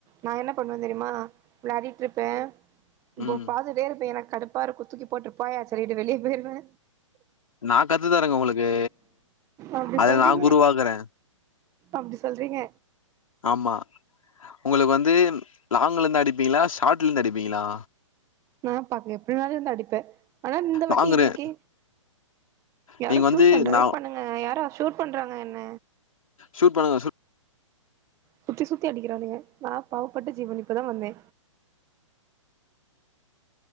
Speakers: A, on the right; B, on the left.
A: நா என்ன பண்ணுவே தெரியுமா வெளாடிட்டுருப்பே இப்போ
B: ம்
A: பாத்துட்டே இருப்பே எனக்கு கடுப்பாருக்கு துக்கி போட்டு போயா சரிக்கிட்டு வெளிய போய்டுவே
B: நா கத்து தரேங்க உங்களுக்கு
A: அப்டி
B: அத
A: சொல்றீங்க
B: நா உருவாக்குறே
A: அப்டி சொல்றீங்க
B: ஆமா உங்களுக்கு வந்து லாங்க்லேருந்து அடிப்பீங்களா ஷார்ட்லேருந்து அடிப்பீங்களா
A: நா பாக் எப்டினாலுருந்து அடிப்பே ஆனா இந்த வாட்டி
B: வாங்குறே
A: இன்னைக்கு யாரோ
B: நீங்க வந்து
A: ஷூட் பண்ற
B: நா
A: பண்ணுங்க யாரோ ஷூட் பண்றாங்க என்ன
B: ஷ்ஸுட் பண்ணுங்க
A: சுத்தி சுத்தி அடிக்கிறானுங்க நா பாவப்பட்ட ஜீவன் இப்பதா வந்தே